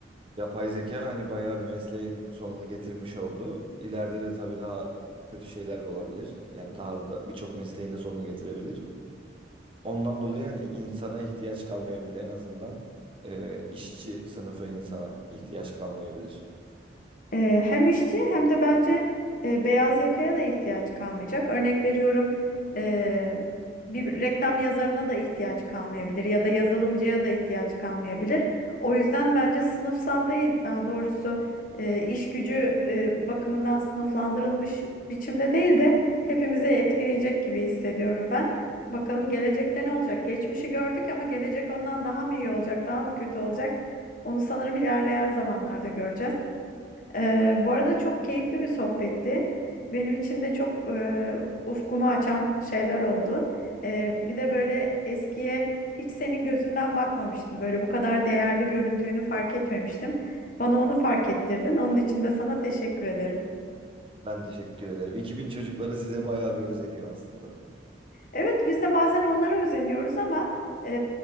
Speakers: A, on the right; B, on the left.
A: Yapay zeka hani bayağı bir mesleğin sonunu getirmiş oldu. İleride de tabii daha kötü şeyler de olabilir. Yani daha da birçok mesleğin de sonunu getirebilir. Ondan dolayı yani insana ihtiyaç kalmayabilir en azından e, işçi sınıfı insana ihtiyaç kalmayabilir.
B: E, hem işçi hem de bence e, beyaz yakaya da ihtiyaç kalmayacak. Örnek veriyorum e, bir reklam yazarına da ihtiyaç kalmayabilir ya da yazılımcıya da ihtiyaç kalmayabilir. O yüzden bence sınıfsal değil daha doğrusu e, iş gücü e, bakımından sınıflandırılmış biçimde değil de hepimizi etkileyecek gibi hissediyorum ben. Bakalım gelecekte ne olacak? Geçmişi gördük ama gelecek ondan daha mı iyi olacak, daha mı kötü olacak? Onu sanırım ilerleyen zamanlarda göreceğiz. Ee, bu arada çok keyifli bir sohbetti. Benim için de çok e, ufkumu açan şeyler oldu. Ee, bir de böyle eskiye hiç senin gözünden bakmamıştım. Böyle bu kadar değerli göründüğünü fark etmemiştim. Bana onu fark ettirdin. Onun için de sana teşekkür ederim.
A: Ben teşekkür ederim. 2000 çocukları size bayağı bir özeniyor aslında.
B: Evet biz de bazen onlara özeniyoruz ama e,